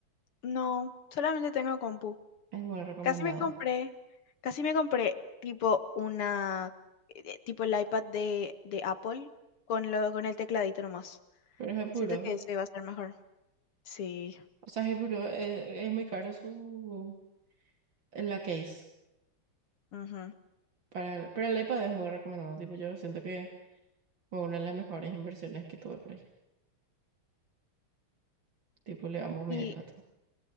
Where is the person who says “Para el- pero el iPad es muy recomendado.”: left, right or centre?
Right